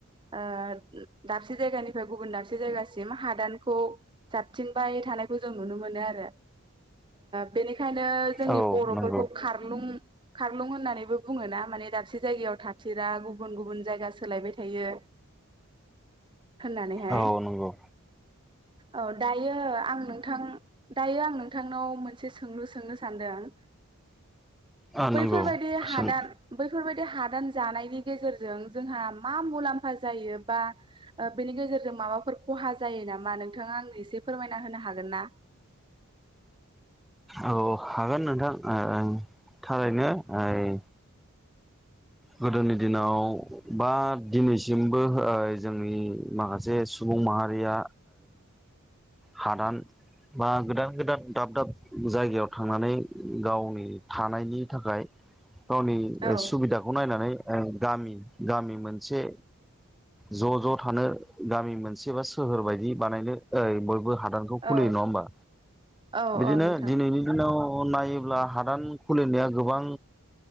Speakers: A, on the right; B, in the centre.
A: दाबसे जायगानिफ्राय गुबुन दाबसे जायगासिम हादानखौ जाबथिंबाय थानाय खौ जों नुनो मोनो आरो बेनिखायनो जोंनि
B: औ
A: बर'फोरखौ
B: नंगौ
A: खारलुं खारलुं होननानैबो बुङो ना माने दाबसे जायगायाव थाथिरा गुबुन गुबुन जायगा सोलायबाय थायो होननानैहाय
B: औ नंगौ
A: औ दायो आं नोंथां दायो आं नोंथां नोंथांनाव मोनसे सोंलु सोंनो सानदों
B: ओ
A: बैफोरबायदि
B: नंगौ
A: हादान
B: सों
A: बैफोरबायदि हादान जानायनि गेजेरजों जोंहा मा मुलाम्फा जायो बा बेनि गेजेरजों माबाफोर खहा जायो ना नोंथा आंनो एसे फोरमायना होनो हागोन ना
B: औ हागोन नोंथां थारैनो ओइ गोदोनि दिनाव बा दिनैसिमबो जोंनि माखासे सुबुं माहारिया हादान बा गोदान गोदान दाब दाब जायगायाव थांनानै गावनि थानायनि थाखाय गावनि
A: औ
B: सुबिदाखौ नायनानै गामि गामि मोनसे ज' ज' थानो गामि मोनसे बा सोहोर बायदि बानायनो ओइ बयबो हादानखौ खुलियो
A: औ
B: नङा होमबा
A: औ
B: बिदिनो
A: औ नोंथां
B: दिनैनि दिनाव नायोब्ला हादान खुलिनाया गोबां